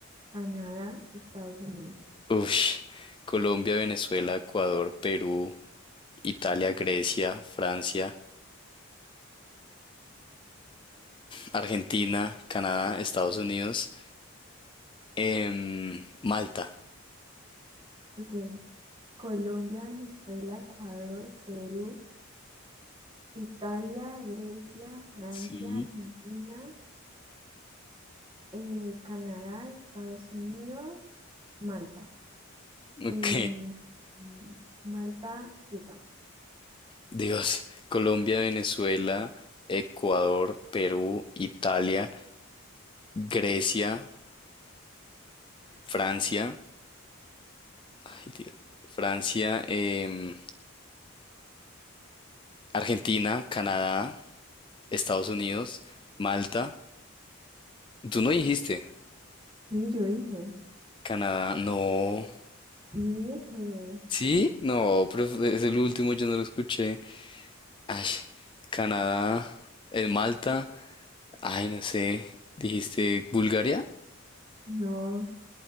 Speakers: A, on the right; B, on the left.
A: Canadá, Estados Unidos.
B: Ush. Colombia, Venezuela, Ecuador, Perú, Italia, Grecia, Francia, Argentina, Canadá, Estados Unidos. Em, Malta.
A: Ok, Colombia, Venezuela, Ecuador, Perú, Italia, Grecia, Francia,
B: Sí.
A: Argentina, eh, Canadá, Estados Unidos, Malta.
B: Ok.
A: Em, mm, Malta, Suiza.
B: Dios. Colombia, Venezuela, Ecuador, Perú, Italia, Grecia, Francia. ay, Dios, Francia, em, Argentina, Canadá, Estados Unidos, Malta. Tú no dijiste.
A: Sí, yo dije,
B: Canadá, no.
A: sí dije,
B: ¿Sí? No, pero es el último, yo no lo escuché. Ay, Canadá, eh, Malta. Ay, no sé. ¿Dijiste Bulgaria?
A: no.